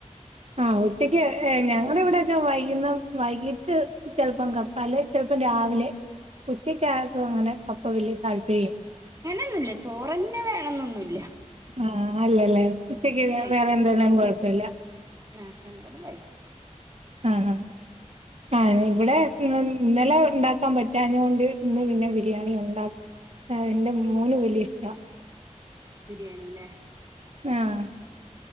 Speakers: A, on the right; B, on the right.
A: ആഹ് ഉച്ചക്ക് ഞങ്ങൾ ഇവിടെൊക്കെ വൈകി - വൈകിട്ട് ചെലപ്പം കപ്പ അല്ലെ ചെലപ്പോ രാവിലെ ഉച്ചക്ക് ആരും അങ്ങനെ- ഇപ്പൊ വലിയ താല്പര്യംയില്ല
B: അങ്ങനൊന്നൂല്ല ചോറ്ന്നെ വേണം എന്നൊന്നൂല്ല
A: ആഹ് അല്ലല്ല ഉച്ചക്ക്
B: കഴിക്കും
A: വേറെ എന്തെലാം കൊഴ പ്പല്ല
B: ആഹ് എന്തേലും കഴിക്കും
A: ആഹ ആ ആ ഇവിടെ ഇന്നലെ ഉണ്ടാക്കാൻ പറ്റാഞ്ഞത്കൊണ്ട് ഇന്ന് പിന്നെ ബിരിയാണി ഉണ്ടാക്കി എന്റെ മോന് വലിയ ഇഷ്ട്ടാ
B: ബിരിയാണി ല്ലേ
A: ആഹ്